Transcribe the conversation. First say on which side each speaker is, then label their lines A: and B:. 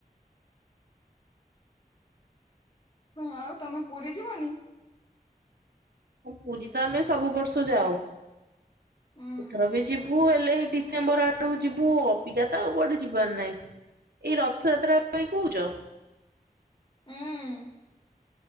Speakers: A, on the left (about 30°); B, on the right (about 85°).
A: ହଁ ଆଉ ତମେ ପୁରୀ ଯିବନି?
B: ହଁ ପୁରୀ ତ ଆମେ ସବୁ ବର୍ଷ ଯାଉ,
A: ଉଁ
B: ଏଥର ବି ଯିବୁ ହେଲେ ଡିସେମ୍ବର ଆଡକୁ ଯିବୁ ଅବିକା ତ ଆଉ କୁଆଡେ ଯିବାର ନାଇଁ। ଏଇ ରଥଯାତ୍ରା ପାଇଁ କହୁଚ?
A: ଉମ୍